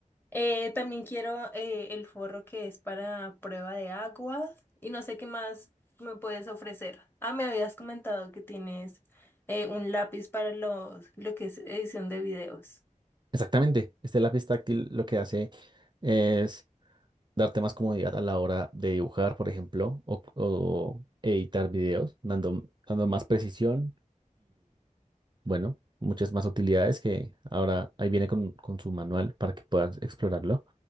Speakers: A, on the left; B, on the right.
A: Eh, también quiero eh, el forro que es para prueba de agua y no sé qué más me puedes ofrecer. Ah, me habías comentado que tienes eh, un lápiz para los, lo que es edición de videos.
B: Exactamente. Este lápiz táctil lo que hace es darte más comodidad a la hora de dibujar, por ejemplo, o, o editar videos, dando, dando más precisión Bueno, muchas más utilidades que ahora ahí viene con, con su manual para que puedas explorarlo.